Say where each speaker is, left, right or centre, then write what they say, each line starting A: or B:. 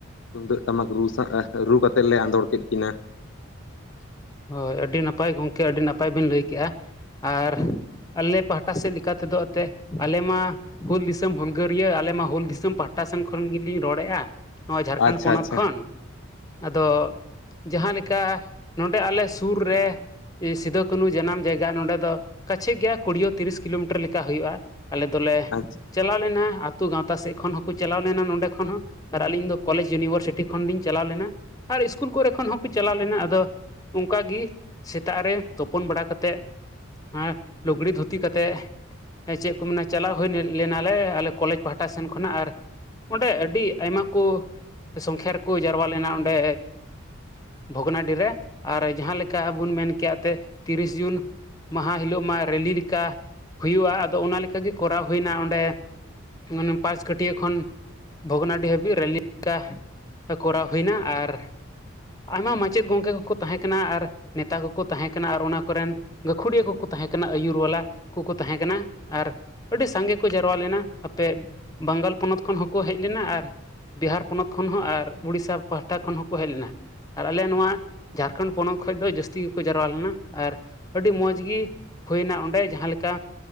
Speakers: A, on the left; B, on the left.
A: ᱛᱩᱢᱫᱟᱹᱜ ᱴᱟᱢᱟᱠ ᱨᱩ ᱥᱟ ᱨᱩ ᱠᱟᱛᱮᱫ ᱞᱮ ᱟᱸᱫᱳᱲ ᱠᱮᱫ ᱠᱤᱱᱟᱹ᱾
B: ᱦᱳᱭ ᱟᱹᱰᱤ ᱱᱟᱯᱟᱭ ᱜᱚᱢᱠᱮ ᱟᱹᱰᱤ ᱱᱟᱯᱟᱭ ᱵᱤᱱ ᱞᱟᱹᱭ ᱠᱮᱜᱼᱟ ᱟᱨᱼᱼ ᱟᱞᱮ ᱯᱟᱦᱴᱟ ᱥᱮᱫ ᱞᱮᱠᱟ ᱛᱮᱫᱚ ᱮᱱᱛᱮᱫ ᱟᱞᱮ ᱢᱟ᱾ ᱦᱩᱞ ᱫᱤᱥᱚᱢ ᱦᱩᱞᱜᱟᱹᱨᱭᱟᱹ ᱟᱞᱮᱢᱟ ᱦᱩᱞ ᱫᱤᱥᱚᱢ ᱯᱟᱦᱴᱟ ᱥᱮᱱ ᱠᱷᱚᱱ ᱜᱮᱞᱤᱧ ᱨᱚᱲᱮᱫᱼᱟ᱾ ᱱᱚᱜ-ᱚᱭ ᱡᱷᱟᱲᱠᱷᱚᱸᱰ
A: ᱟᱪᱪᱷᱟ
B: ᱯᱚᱱᱚᱛ
A: ᱟᱪᱪᱷᱟ
B: ᱠᱷᱚᱱ᱾ ᱟᱫᱚ ᱡᱟᱦᱟᱸ ᱞᱮᱠᱟ ᱱᱚᱰᱮ ᱟᱞᱮ ᱥᱩᱨ ᱨᱮᱼᱼ ᱥᱤᱫᱩ ᱠᱟᱱᱦᱩ ᱡᱟᱱᱟᱢ ᱡᱟᱭᱜᱟ ᱱᱚᱸᱰᱮ ᱫᱚ ᱠᱟᱪᱷᱮ ᱜᱮᱭᱟ ᱠᱩᱲᱤᱭᱚ ᱛᱤᱨᱤᱥ ᱠᱤᱞᱳᱢᱤᱴᱟᱨ ᱞᱮᱠᱟ ᱦᱩᱭᱩᱜᱼᱟ᱾ ᱟᱞᱮ ᱫᱚᱞᱮ
A: ᱟᱪᱪᱷᱟ
B: ᱪᱟᱞᱟᱣ ᱞᱮᱱᱟ ᱟᱹᱛᱩ ᱜᱟᱶᱛᱟ ᱥᱮᱫ ᱠᱷᱚᱱ ᱦᱚᱸᱠᱚ ᱪᱟᱞᱟᱣ ᱞᱮᱱᱟ ᱱᱚᱰᱮ ᱠᱷᱚᱱ ᱦᱚᱸ᱾ ᱟᱨ ᱟᱹᱞᱤᱧ ᱫᱚ ᱠᱚᱞᱮᱡ ᱤᱭᱩᱱᱤᱵᱷᱟᱨᱥᱤᱴᱤ ᱠᱷᱚᱱᱞᱤᱧ ᱪᱟᱞᱟᱣ ᱞᱮᱱᱟ, ᱟᱨ ᱤᱥᱠᱩᱞ ᱠᱚᱨᱮ ᱠᱷᱚᱱ ᱦᱚᱸᱠᱚ ᱪᱟᱞᱟᱣ ᱞᱮᱱᱟ, ᱟᱫᱚ ᱚᱱᱠᱟ ᱜᱤ ᱥᱮᱛᱟᱜ ᱨᱮ ᱛᱳᱯᱳᱱ ᱵᱟᱲᱟ ᱠᱟᱛᱮᱜ ᱦᱮᱸᱜ ᱞᱩᱜᱽᱲᱤ ᱫᱷᱩᱛᱤ ᱠᱟᱛᱮᱜ ᱦᱮᱸ ᱪᱮᱫ ᱠᱩ ᱢᱮᱱᱟ ᱪᱟᱞᱟᱣ ᱦᱩᱭ ᱞᱮᱱᱟᱞᱮ ᱟᱞᱮ ᱠᱚᱞᱮᱡ ᱯᱟᱦᱟᱴᱟ ᱥᱮᱱ ᱠᱷᱚᱱᱟᱜ, ᱟᱨ ᱚᱸᱰᱮ ᱟᱹᱰᱤ ᱟᱭᱢᱟ ᱠᱩ ᱥᱚᱝᱠᱷᱮ ᱨᱮᱠᱚ ᱡᱟᱨᱣᱟ ᱞᱮᱱᱟ ᱚᱸᱰᱮ ᱵᱷᱚᱜᱽᱱᱟᱰᱤ ᱨᱮ, ᱟᱨ ᱡᱟᱦᱟᱸ ᱞᱮᱠᱟ ᱵᱚᱱ ᱢᱮᱱ ᱠᱮᱭᱟᱜ ᱛᱮ ᱛᱤᱨᱤᱥ ᱡᱩᱱ ᱢᱟᱦᱟ ᱦᱤᱞᱳᱜ ᱢᱟ ᱨᱮᱞᱤ ᱞᱮᱠᱟ ᱦᱩᱭᱩᱜᱼᱟ, ᱟᱫᱚ ᱚᱱᱟ ᱞᱮᱠᱟᱜᱮ ᱠᱚᱨᱟᱣ ᱦᱩᱭᱱᱟ ᱚᱸᱰᱮ᱾ ᱢᱟᱱᱮ ᱯᱟᱸᱪ ᱠᱟᱹᱴᱷᱭᱟᱹ ᱠᱷᱚᱱ ᱵᱷᱚᱜᱽᱱᱟᱰᱤ ᱦᱟᱹᱵᱤᱡ ᱨᱮᱞᱤ ᱞᱮᱠᱟ ᱠᱚᱨᱟᱣ ᱦᱩᱭᱱᱟ, ᱟᱨ ᱟᱭᱢᱟ ᱢᱟᱪᱮᱫ ᱜᱚᱢᱠᱮ ᱠᱚᱠᱚ ᱛᱟᱦᱮᱸ ᱠᱟᱱᱟ ᱟᱨ ᱱᱮᱛᱟ ᱠᱚᱠᱚ ᱛᱟᱦᱮᱸ ᱠᱟᱱᱟ ᱟᱨ ᱚᱱᱟ ᱠᱚᱨᱮᱱ ᱜᱟᱹᱠᱷᱩᱲᱤᱭᱟᱹ ᱠᱚᱠᱚ ᱛᱟᱦᱮᱸ ᱠᱟᱱᱟ ᱟᱹᱭᱩᱨ ᱵᱟᱞᱟ ᱠᱚᱠᱚ ᱛᱟᱦᱮᱸ ᱠᱟᱱᱟ, ᱟᱨ ᱟᱹᱰᱤ ᱥᱟᱸᱜᱮ ᱠᱚ ᱡᱟᱣᱣᱟ ᱞᱮᱱᱟ, ᱟᱯᱮ ᱵᱟᱝᱜᱟᱞ ᱯᱚᱱᱚᱛ ᱠᱷᱚᱱ ᱦᱚᱸᱠᱚ ᱦᱮᱡ ᱞᱮᱱᱟ, ᱟᱨ ᱵᱤᱦᱟᱨ ᱯᱚᱱᱚᱛ ᱠᱷᱚᱱ ᱦᱚᱸ ᱟᱨ ᱩᱲᱤᱥᱥᱟ ᱯᱟᱦᱴᱟ ᱠᱷᱚᱱ ᱦᱚᱸᱠᱚ ᱦᱮᱡ ᱞᱮᱱᱟ ᱟᱨ ᱟᱞᱮ ᱱᱚᱣᱟ ᱡᱷᱟᱲᱠᱷᱚᱸᱰ ᱯᱚᱱᱚᱛ ᱠᱷᱚᱡ ᱫᱚ ᱡᱟᱹᱥᱛᱤ ᱜᱮᱠᱚ ᱡᱟᱨᱣᱟ ᱞᱮᱱᱟ, ᱟᱨ ᱟᱹᱰᱤ ᱢᱚᱡᱽ ᱜᱤ ᱦᱩᱭᱱᱟ ᱚᱸᱰᱮ ᱡᱟᱦᱟᱸ ᱞᱮᱠᱟ